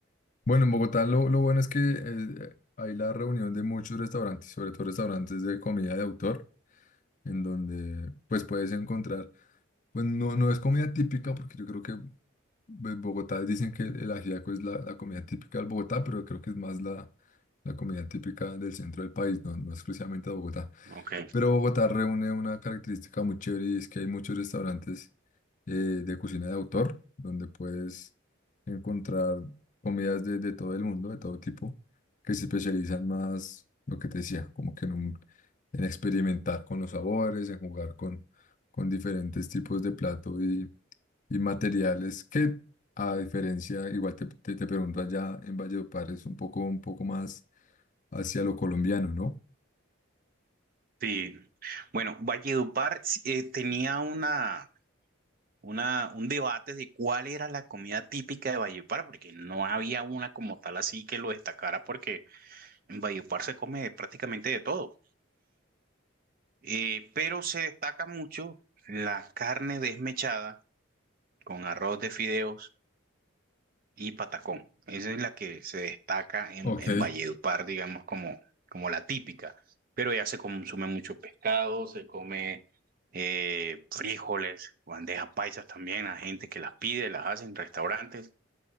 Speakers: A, on the left; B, on the right.
A: Bueno, en Bogotá lo, lo bueno es que eh, hay la reunión de muchos restaurantes, sobre todo restaurantes de comida de autor, en donde pues puedes encontrar, pues no, no es comida típica, porque yo creo que en Bogotá dicen que el ajiaco es la, la comida típica del Bogotá, pero creo que es más la, la comida típica del centro del país, no, no exclusivamente de Bogotá.
B: Ok,
A: Pero Bogotá reúne una característica muy chévere y es que hay muchos restaurantes eh, de cocina de autor, donde puedes encontrar comidas de, de todo el mundo, de todo tipo, que se especializan más, lo que te decía, como que en, un- en experimentar con los sabores, en jugar con, con diferentes tipos de plato y, y materiales que, a diferencia, igual te, te, te pregunto allá en Valledupar, es un poco, un poco más hacia lo colombiano, ¿no?
B: sí. Bueno, Valledupar sí, eh, tenía una, una, un debate de cuál era la comida típica de Valledupar, porque no había una como tal así que lo destacara, porque en Valledupar se come prácticamente de todo. Eh, pero se destaca mucho la carne desmechada con arroz de fideo y Patacón. Esa es la que se destaca en,
A: Ok,
B: en Valledupar, digamos, como, como la típica. Pero ya se consume mucho pescado, se come eh, frijoles, bandejas paisas también, a gente que las pide, las hace en restaurantes.